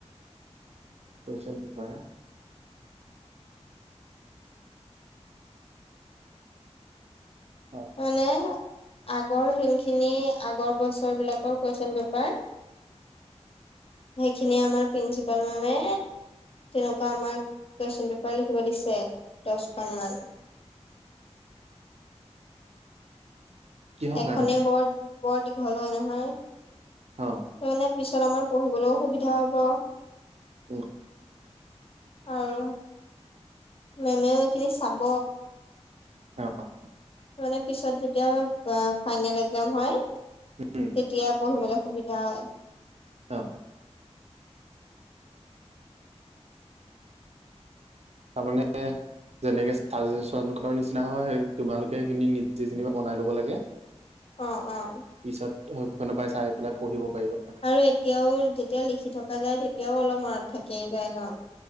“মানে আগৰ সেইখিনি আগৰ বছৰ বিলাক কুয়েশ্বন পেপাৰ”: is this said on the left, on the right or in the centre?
Left